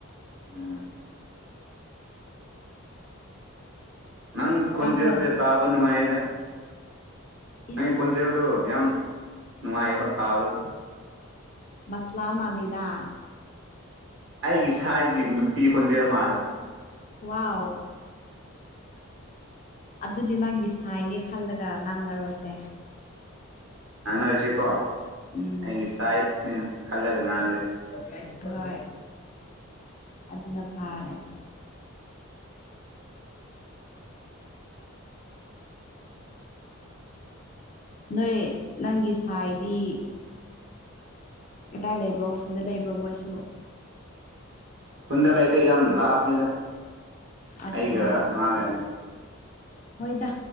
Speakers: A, on the right (about 55°); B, on the left (about 35°).
A: ꯎꯝ ꯅꯪ ꯈꯣꯟꯖꯦꯜꯁꯦ
B: ꯇꯥꯕ꯭ꯔꯣ
A: ꯇꯥꯕ ꯅꯨꯡꯉꯥꯏꯗ ꯅꯪꯒꯤ
B: ꯏꯁ
A: ꯀꯣꯟꯖꯦꯜꯗꯣ ꯌꯥꯝ ꯅꯨꯡꯉꯥꯏꯕ ꯇꯥꯕꯗ
B: ꯃꯁꯂꯥ ꯃꯂꯤꯗꯥ
A: ꯑꯩꯒꯤ ꯁꯥꯏ ꯒꯤ ꯅꯨꯄꯤ ꯈꯣꯟꯖꯦꯜ ꯃꯥꯜꯂꯦ
B: ꯋꯥꯎ ꯑꯗꯨꯗꯤ ꯅꯪꯒꯤ ꯁꯥꯏꯅꯦ ꯈꯜꯂꯒ ꯉꯥꯡꯅꯔꯨꯁꯦ
A: ꯉꯥꯡꯅꯔꯁꯤꯀꯣ
B: ꯎꯝ
A: ꯑꯩꯒꯤ ꯁꯥꯏꯠꯅꯦꯅ ꯈꯜꯂꯒ ꯉꯥꯡꯔꯒꯦ
B: ꯍꯣꯏ ꯑꯗꯨꯅ ꯐꯥꯔꯦ ꯅꯣꯏ ꯅꯪꯒꯤ ꯁꯥꯏꯗꯤ ꯀꯗꯥꯏ ꯂꯩꯕ꯭ꯔꯣ ꯈꯨꯜꯗ ꯂꯩꯕ꯭ꯔꯣ ꯃꯣꯏꯁꯨ
A: ꯈꯨꯟꯗ ꯂꯩꯇꯦ ꯌꯥꯝ ꯂꯥꯞꯃꯤꯗ
B: ꯑꯠꯆꯥ
A: ꯑꯩꯒ ꯃꯥꯒꯅꯦ
B: ꯍꯣꯏꯗ